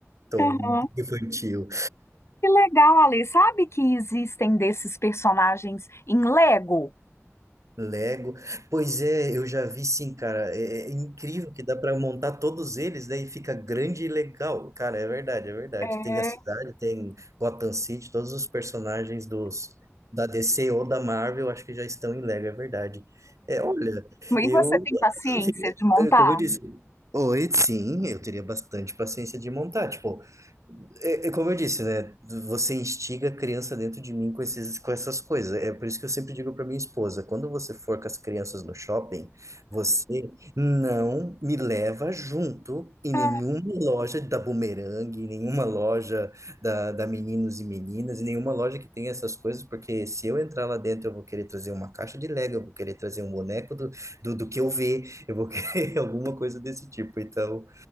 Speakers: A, on the right; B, on the left.
A: estou
B: aham.
A: infantil.
B: Que legal, Alê. Sabe que existem desses personagens em Lego?
A: Lego. Pois é, eu já vi sim, cara. É, é incrível que dá para montar todos eles, daí fica grande e legal. Cara, é verdade, é verdade.
B: É.
A: Tem a cidade, tem Gotham City, todos os personagens dos da DC ou da Marvel, acho que já estão em Lego, é verdade. É, olha,
B: E
A: eu,
B: você tem paciência
A: fiquei-
B: de montar?
A: como eu disse, Oi, sim, eu teria bastante paciência de montar. Tipo, é, é como eu disse, né? Você instiga a criança dentro de mim com esses, com essas coisas. É por isso que eu sempre digo para minha esposa, quando você for com as crianças no shopping, você não me leva junto em nenhuma
B: Ah,
A: loja da Bumerangue, em nenhuma loja da, da Meninos e Meninas, em nenhuma loja que tenha essas coisas, porque se eu entrar lá dentro, eu vou querer trazer uma caixa de Lego, eu vou querer trazer um boneco do, do, do que eu ver, eu vou querer <laughs> alguma coisa desse tipo. Então,